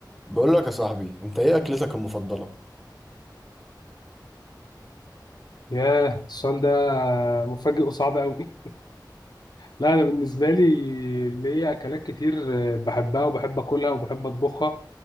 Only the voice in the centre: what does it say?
بقول لك يا صاحبي انت ايه اكلتك المفضله